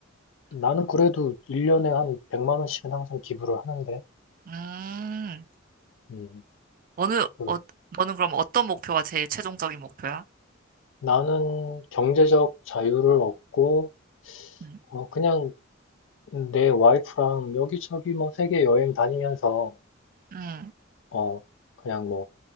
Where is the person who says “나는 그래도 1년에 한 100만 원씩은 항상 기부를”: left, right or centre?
Left